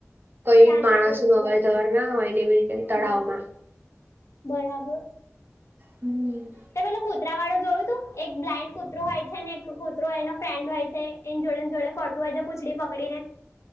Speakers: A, on the right; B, on the left.
A: કઈ
B: જાનહાની
A: માણસ
B: ઓછી
A: ન અવર
B: હોય
A: જવર ના હોય ને એવી રીતે તળાવમાં
B: હમ બરાબર
A: હમ
B: તો પેલું કૂતરા વાળું જોયું તું એક બ્લાઇન્ડ કૂતરો હોય છે ને એક કૂતરો એનો ફ્રેન્ડ હોય છે એ જોડે ન જોડે ફરતું હોય છે કૂતરું એ પકડીને